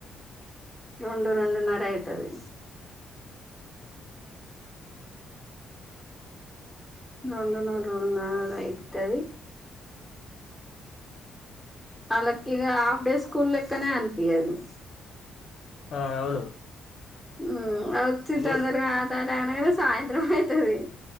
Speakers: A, in the centre; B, on the left.
A: రెండు రెండున్నర అవుతుది రెండు నూ ర నాలుగు అయితుది వాళ్ళకి ఇ హాఫ్ డే స్కూల్ లెక్కనే అనిపిించదు
B: ఆ అవును
A: ఆ అవుచ్చ తొందరగా
B: మూడు
A: ఎననా సాయంత్రం అవుతుది